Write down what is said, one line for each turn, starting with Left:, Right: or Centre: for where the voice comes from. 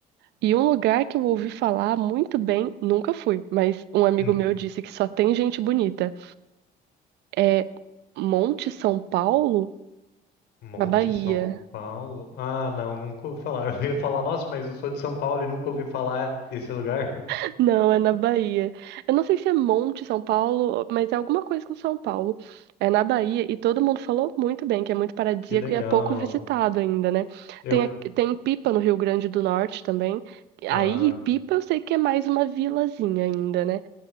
Right: E um lugar que eu ouvi falar muito bem, nunca fui, mas um amigo
Left: Hum.
Right: meu disse que só tem gente bonita. É Monte São Paulo,
Left: Monte
Right: na Bahia.
Left: São Paulo. Ah, não, nunca ouvi falar. <laughs> Eu ia falar, nossa, mas eu sou de São Paulo e nunca ouvi falar desse lugar. <laughs>
Right: <laughs> Não, é na Bahia. Eu não sei se é Monte São Paulo, mas é alguma coisa com São Paulo. É na Bahia e todo mundo falou muito bem, que é muito paradisíaco
Left: Que legal.
Right: e é pouco visitado ainda, né?
Left: Eu,
Right: Tem, aqui- tem Pipa no Rio Grande do Norte também. Aí,
Left: ah,
Right: Pipa eu sei que é mais uma vilazinha ainda, né?